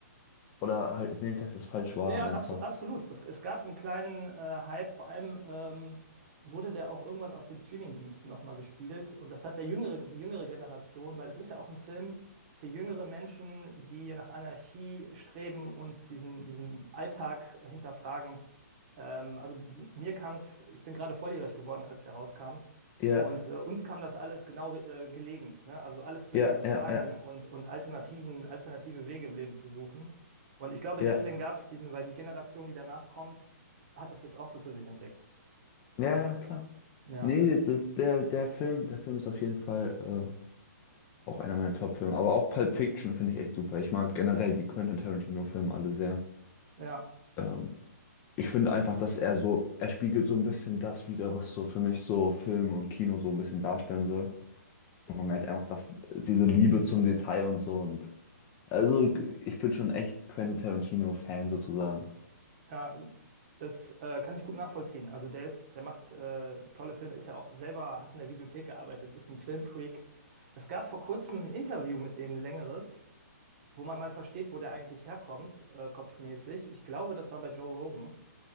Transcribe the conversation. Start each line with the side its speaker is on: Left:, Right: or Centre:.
Left: Oder halt nee, nicht, dass das falsch war
Right: Nee, Ja,
Left: einfach.
Right: abs absolut. Es, es gab einen kleinen äh, Hype, vor allem ähm, wurde der auch irgendwann auf den Streaming-Diensten nochmal gespielt. Und das hat der jüngere, die jüngere Generation, weil es ist ja auch ein Film für jüngere Menschen, die nach Anarchie streben und diesen, diesen Alltag hinterfragen. Ähm, also m- mir kam es, ich bin gerade volljährig geworden, als der rauskam.
Left: Ja,
Right: Und äh, uns kam das alles genau äh, gelegen, ne? Also alles zu
Left: ja,
Right: hinterfragen
Left: ja, ja,
Right: und, und Alternativen, alternative Wege im Leben zu suchen. Und ich glaube,
Left: ja.
Right: deswegen gab es diesen, weil die Generation, die danach kommt, hat das jetzt auch so für sich entdeckt.
Left: Ja, ja, klar.
Right: Ja,
Left: Nee, das, der, der Film, der Film ist auf jeden Fall äh, auch einer meiner Top-Filme. Aber auch Pulp Fiction finde ich echt super. Ich mag generell die Quentin Tarantino-Filme alle sehr.
Right: ja,
Left: Ähm, Ich finde einfach, dass er so, er spiegelt so ein bisschen das wider, was so für mich so Film und Kino so ein bisschen darstellen soll. Und man merkt einfach, dass diese Liebe zum Detail und so und also ich bin schon echt Quentin Tarantino-Fan sozusagen.
Right: ja, das äh, kann ich gut nachvollziehen. Also der ist, der macht äh, tolle Filme, ist ja auch selber, hat in der Videothek gearbeitet, ist ein Filmfreak. Es gab vor kurzem ein Interview mit dem, ein längeres, wo man mal versteht, wo der eigentlich herkommt, äh, kopfmäßig. Ich glaube, das war bei Joe Rogan.